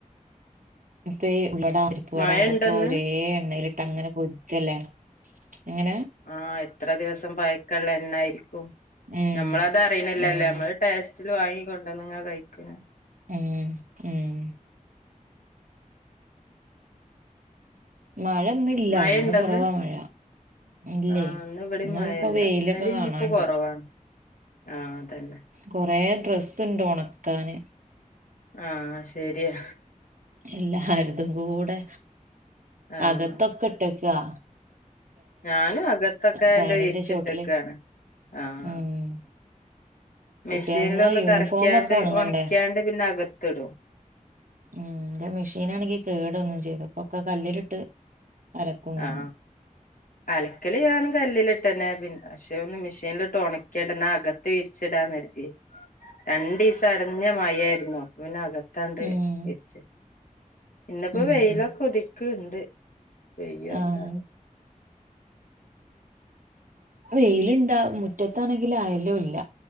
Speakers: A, on the right; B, on the left.
A: പേ ല്ലടാ പരിപ്പുവട
B: മഴ
A: അതൊക്കെ
B: ഇണ്ടന്ന്
A: ഒരേ എണ്ണയിലിട് ട്ടങ്ങനെ പൊരിക്കുവല്ലേ ഇങ്ങനെ
B: ആഹ് എത്ര ദിവസം പയക്കള്ള എണ്ണായിരിക്കും
A: ഉം
B: ഞമ്മളത് അറീണില്ലല്ലോ
A: അതന്നെ
B: നമ്മള് ടേസ്റ്റില് വാങ്ങിക്കൊണ്ടുവന്നങ്ങ കഴിക്കണ
A: ഉം ഉം മഴ ഇന്നില്ല
B: മഴയുണ്ടന്ന്
A: ഇന്ന് കുറവാ മഴ ഇല്ലേ
B: ആഹ് ഇന്ന് ഇവിടെയും
A: ഇന്നിപ്പോ
B: മഴയില്ല
A: വെയിലൊക്കെ
B: ഇന്നലെയും
A: കാണാണ്ട്
B: ഇന്നിപ്പോ കൊറവാണ് ആഹ് അതന്നെ
A: കൊറേ ഡ്രെസ്സുണ്ട് ഉണക്കാന്.
B: ആഹ് ശരിയാ
A: എല്ലാരതും കൂടെ
B: ആഹ്
A: അകത്തൊക്കെ ഇട്ടേക്കുവാ
B: ഞാനും അകത്തൊക്കെ
A: ഫാനിന്റെ
B: ഇണ്ട് വിരിച്ചിട്ടേക്കുവാണ്
A: ചോട്ടില്
B: ആഹ്
A: ഉം
B: മെഷീനില്
A: കുട്ടികളെ
B: ഒന്ന്
A: യൂണിഫോമൊക്കെ
B: കറക്കിയാണ്ട്
A: ഒണങ്ങണ്ടേ
B: ഒണ ക്കിയാണ്ട് പിന്നെ അകത് കത്തിടും
A: ഉം ന്റെ മെഷീനാണെങ്കിൽ കേട് വന്നും ചെയ്ത് ഇപ്പോ കല്ലിലിട്ട് അലക്കും വേണം
B: ആ അലക്കല് ഞാനും കല്ലിലിട്ടന്നെ പിന്നെ പക്ഷെ ഒന്ന് മെഷീനിൽ ഇട്ട് ഓണക്കി ണാക്യാണ്ട് അകത്ത് വിരിച്ചിടാന്നു കരുതി രണ്ടീസം അടഞ്ഞ മഴയായിരുന്നു അപ്പോപ്പിന്നെയകത്തു - ത്താണ്ട്
A: ഉം
B: ഇരിച്ച് ഇന്നപ്പോ
A: ഉം
B: വെയിലൊക്കെ
A: ഉം
B: ഉദി ക്ക് ഇണ്ട് പെയ്യോ
A: ആഹ്
B: എന്താവോ -
A: വെയിലുണ്ടാവും മുറ്റത്താണെങ്കില് അയലും ഇല്ല